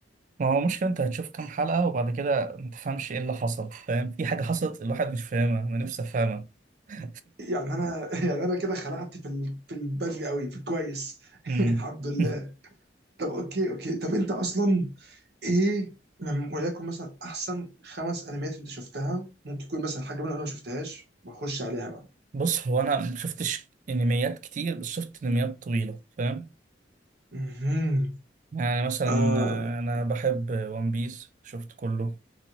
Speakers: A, on the right (about 45°); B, on the right (about 60°).
A: ما هو مشكلة أنت هتشوف كام حلقة وبعد كده ما تفهمش إيه اللي حصل فاهم في حاجة حصلت الواحد مش فاهمها أنا نفسي أفهمها <laughs>
B: يعني انا <laughs> يعني انا كده خلعت في ال- في البدري قوي في الكويس <laughs>
A: مم.
B: الحمد لله
A: <laughs>
B: طب اوكي اوكي طب انت اصلا ايه من وليكن مثلا احسن خمس انميات انت شفتها ممكن يكون مثلا حاجه منهم انا ما شفتهاش واخش عليها بقى
A: بص هو انا ما شفتش انميات كتير بس شفت انميات طويله فاهم
B: مهم.
A: يعني مثلا
B: آه
A: آه، انا بحب ون بيس شفت كله